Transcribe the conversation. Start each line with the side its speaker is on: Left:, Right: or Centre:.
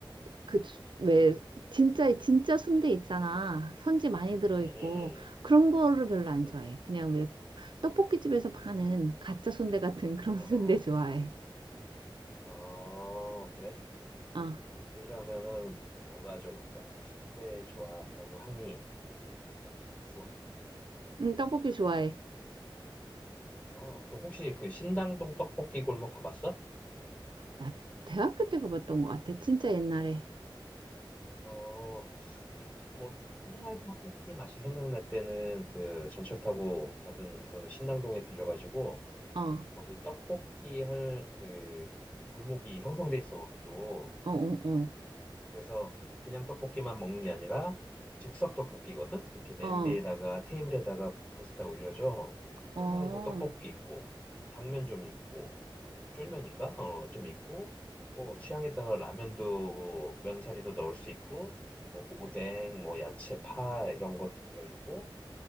Right: 그, 왜, 진짜, 진짜 순대 있잖아. 선지 많이 들어있고
Left: 음, 음,
Right: 그런 거를 별로 안
Left: 음,
Right: 좋아해.
Left: 음,
Right: 그냥 왜 떡볶이집에서 파는 가짜 순대 같은 그런
Left: 어,
Right: <laughs> 순대 좋아해.
Left: 어, 어, 그래?
Right: 어.
Left: 그러면은 뭐가 좋을까? 순대 좋아한다고 하니, 음, 떡볶이 좋아해?
Right: 응, 떡볶이 좋아해.
Left: 어, 그럼 혹시 그 신당동 떡볶이 골목 가봤어?
Right: 나 대학교 때 가봤던 것 같아. 진짜 옛날에.
Left: 어, 그러면 뭐 옛날 떡볶이 맛이 생각날 때는 그 전철 타고 가든 해서 신당동에 들려가지고
Right: 어,
Left: 거기 떡볶이 할 그 골목이 형성돼 있어 거기도
Right: 어, 어,
Left: 그래서 그냥 떡볶이만 먹는 게 아니라 즉석 떡볶이거든 이렇게 냄비에다가
Right: 어, 어,
Left: 테이블에다가 브루스타 올려줘 그러면
Right: 어.
Left: 그 떡볶이 있고 당면 좀 있고 쫄면인가 어 좀 있고 뭐 취향에 따라 라면도 면사리도 넣을 수 있고 뭐 오뎅 뭐 야채 파 이런 것도 들어 있고